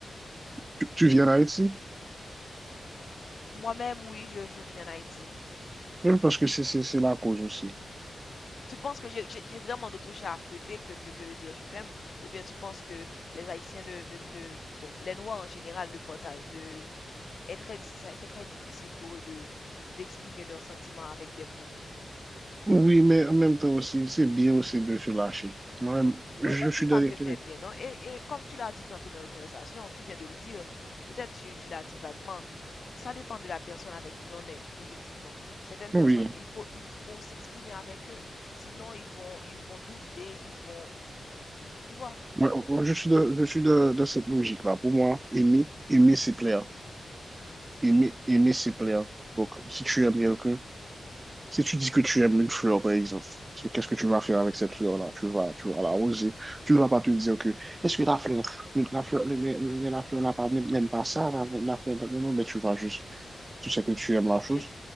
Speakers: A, on the right; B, on the left.
A: Tu, tu viens d'Haïti?
B: Moi-même, oui, je, je vis en Haïti.
A: Je pense que c'est c'est- c'est la cause aussi.
B: Tu penses que j'ai j'ai- j'ai vraiment d'autres chats à fouetter que, que, que de dire je t'aime? Ou bien tu penses que les Haïtiens ne, ne, ne- bon, les Noirs en général ne partagent, ne, est très, ça- c'est très difficile pour eux de, d'exprimer leurs sentiments avec des mots.
A: Oui, mais en même temps aussi, c'est bien aussi de se lâcher. Moi-même, je
B: Moi, je
A: suis
B: ne dis
A: dans
B: pas
A: l'équilibre.
B: que c'est bien, non? Et, et comme tu l'as dit tantôt dans notre conversation, tu viens de le dire, peut-être tu, tu l'as dit vaguement, ça dépend de la personne avec qui l'on est, effectivement. Certaines
A: Oui,
B: personnes, il faut, il faut s'exprimer avec eux. Sinon, ils vont, ils vont douter, ils vont, Tu vois,
A: moi, moi, je suis de, je suis de, de cette logique-là. Pour moi, aimer, aimer, c'est plaire.
B: Mhm.
A: Aimer, aimer, c'est plaire. Donc, si tu aimes quelqu'un, si tu dis que tu aimes une fleur, par exemple, so, qu'est-ce que tu vas faire avec cette fleur-là? Tu vas, tu vas l'arroser. Tu ne vas pas te dire que, est-ce que la fleur, la fleur, mais, mais- mais la fleur n'a pas, n'aime pas ça, la, la fleur, non, non, mais tu vas juste, tu sais que tu aimes la chose.
B: je,